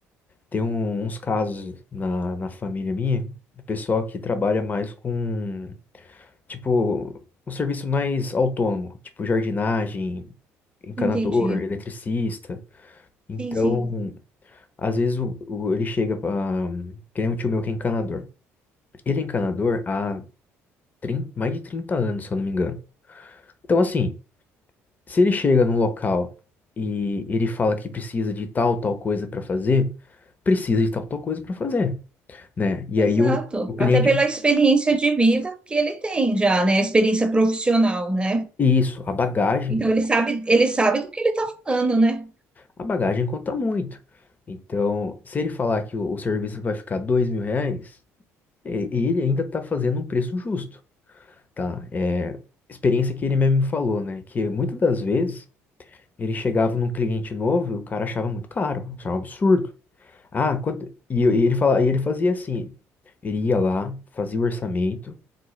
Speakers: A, on the left; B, on the right.
A: tem um- uns casos na, na família minha, do pessoal que trabalha mais com, tipo, um serviço mais autônomo, tipo jardinagem, encanador,
B: Entendi.
A: eletricista. Então,
B: Sim, sim.
A: às vezes o, o- ele chega pra. Que nem um tio meu que é encanador. Ele é encanador há 30 mais de 30 anos, se eu não me engano. Então, assim, Se ele chega num local e ele fala que precisa de tal, tal coisa para fazer, precisa de tal, tal coisa para fazer, né? E
B: Exato.
A: aí o, o cliente,
B: Até pela experiência de vida que ele tem já, né? A experiência profissional, né?
A: isso, a bagagem,
B: Então ele sabe, ele sabe do que ele está falando, né?
A: a bagagem conta muito. Então, se ele falar que o, o serviço vai ficar dois mil reais, e- ele ainda tá fazendo um preço justo, tá? É experiência que ele mesmo me falou, né? Que muitas das vezes ele chegava num cliente novo e o cara achava muito caro, achava um absurdo. Ah, quando... e, eu- e ele fala... e ele fazia assim, ele ia lá, fazia o orçamento